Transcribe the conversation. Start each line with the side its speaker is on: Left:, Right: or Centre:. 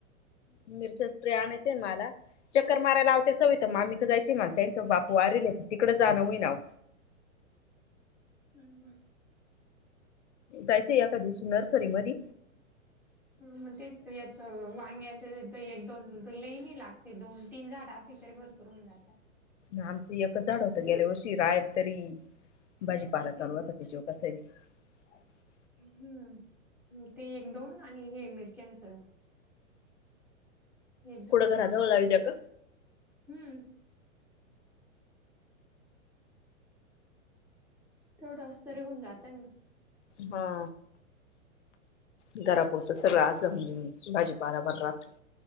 Left: मिरच्या सेपर्य, आणायचंय मला. चक्कर मारयला आव त्या सविता मामी कड जायच मला त्यांचं बाप वारेल तिकडें जाणं होईना आव.
Centre: हम् हम
Left: जायचंय एका दिवशी नर्सरी मध
Centre: हा मग तेच याच वांग्या एक दोन लेणी लागते दोन तीन झाड असली तरी बर करून जातात
Left: आमचं ए झाड होतं गेल्या, वर्षी राहिल तरी, भाजीपाला
Centre: हम
Left: चालू
Centre: तेच
Left: होता
Centre: तर,
Left: त्याच्यावर <unintelligible>
Centre: हम्म ते एक दोन, आणि हे मिरच्याचं. एकदोदनाोद,
Left: कुठं घराजवळ लावीत्या का?
Centre: हम्म. तेवढं अस्तरी होऊन जाता ना.
Left: हा घरापुरतं सगळं असलं म्हणजे भाजीपाला बार राहत.